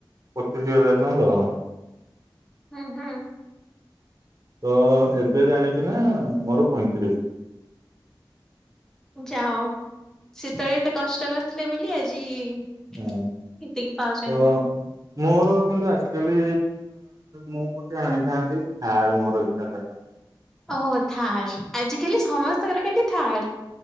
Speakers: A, on the right; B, in the centre.
A: ପଚିଶି ହଜାର ଟଙ୍କା ଦରମା।
B: ଉଁ ହୁଁ।
A: ତ ଏବେ ଜାଣିକିନା ମୋର ପଇଁତିରିଶ।
B: ଯାଅ ସେତେଳେ ଏତେ କଷ୍ଟ କରିଥିଲେ ବୋଲି ଆଜି ଏତିକି
A: ହଁ
B: ପାଉଚନ୍ତି।
A: ତ ମୋର କିନ୍ତୁ ଆଜିକାଲି ମୁଁ ଗୋଟେ ଆଣିଥାନ୍ତି ଥାର ମୋର ଇଚ୍ଛା ଥିଲା।
B: ଓହୋ ଥାର୍ ଆଜିକାଲି ସମସ୍ତଙ୍କର କେମତି ଥାର୍।